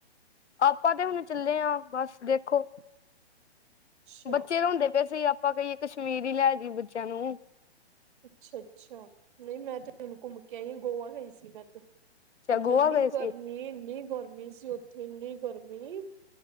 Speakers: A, on the left; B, on the right.
A: ਆਪਾਂ ਤੇ ਹੁਣ ਚੱਲੇ ਹਾਂ ਬਸ ਦੇਖੋ
B: ਅੱਛਾ
A: ਬੱਚੇ ਰੋਂਦੇ ਪਏ ਸੀ ਆਪਾਂ ਕਹੀਏ ਕਸ਼ਮੀਰ ਈ ਲੈ ਜਈਏ ਬੱਚਿਆਂ ਨੂੰ
B: ਅੱਛਾ-ਅੱਛਾ ਨਈ ਮੈਂ ਤੇ ਹੁਨ ਘੁੰਮ ਕੇ ਆਈ ਗੋਆ ਗਈ ਸੀ ਮੈਂ ਤੇ
A: ਅੱਛਾ
B: ਓਥੇ
A: ਗੋਆ
B: ਇੰਨੀ
A: ਗਏ ਸੀ
B: ਗਰਮੀ-ਇੰਨੀ ਗਰਮੀ ਸੀ ਓਥੇ ਇੰਨੀ ਗਰਮੀ